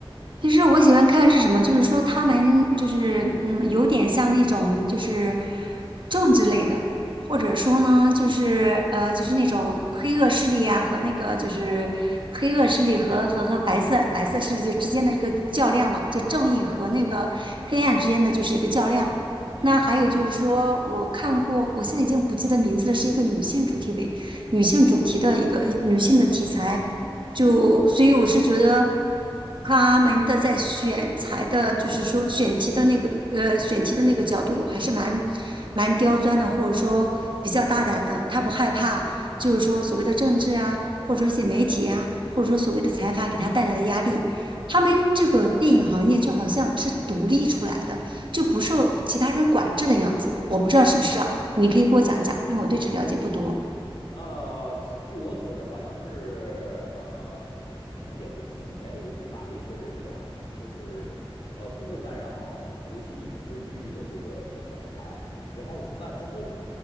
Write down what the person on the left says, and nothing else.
嗯嗯嗯
呃，据我所知，好像是呃，从也不几几年有一部法律确实是这样子的，就是呃不会干扰，尤其影视剧的这个选材。然后从那之后，